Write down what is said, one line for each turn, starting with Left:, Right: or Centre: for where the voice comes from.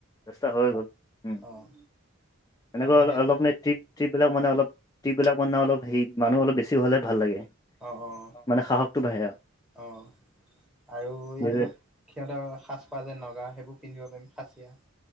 Left: দহটা হৈ গ'ল। উম
Centre: অহ,
Left: এনেকৈ
Centre: আমি হেত
Left: অলপ মানে ট্ৰিপ ট্ৰিপ বিলাক মানে অলপ ট্ৰিপ বিলাক মানে অলপ হে মানুহ অলপ বেছি হ'লে ভাল লাগে।
Centre: অহ অ।
Left: মানে সাহসটো বাঢ়ে আও
Centre: অহ, আৰু এইবোৰক
Left: যিহেতু
Centre: সিহঁতৰ সাজপাৰ যে নগা সেইবোৰ পিন্ধিব পাৰিম খাচিয়া।